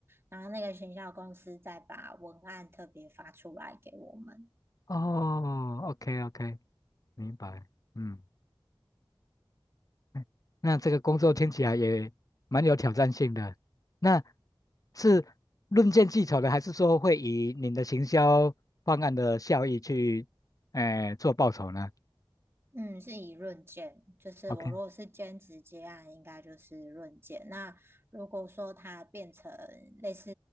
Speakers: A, on the right; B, on the left.
A: 然后那个行销公司再把文案特别发出来给我们。
B: 哦，OK OK，明白，嗯。嗯那这个工作听起来也蛮有挑战性的。那是论件计酬的，还是说会以您的行销方案的效益去，呃，做报酬呢
A: 嗯，是以论件，就是我如果是兼职接案，
B: ？OK，
A: 应该就是论件。那如果说它变成类似